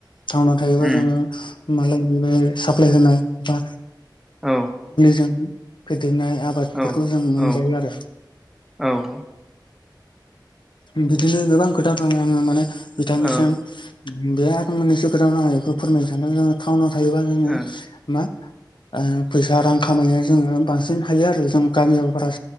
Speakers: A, on the left (about 80°); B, in the centre.
A: टाउनाव थायोबा
B: उम
A: जोङो मालायनि बे साप्लाय होनाय बा
B: औ
A: जों फेदेरनाय आबादफोरखौ
B: औ
A: जों मोनजायो
B: औ
A: आरो।
B: औ।
A: बिदिनो गोबां खोथा दं आङो माने बिथांनिसिम।
B: ओं
A: बे आरो मोननैसो खोथाखौनो आं बेखौ फोरमायनो सानदों जोङो टाउनाव थायोबा जोङो
B: औ
A: मा फैसा रां खामायनाया जोङो बांसिन हायो आरो जों गामियाव बारा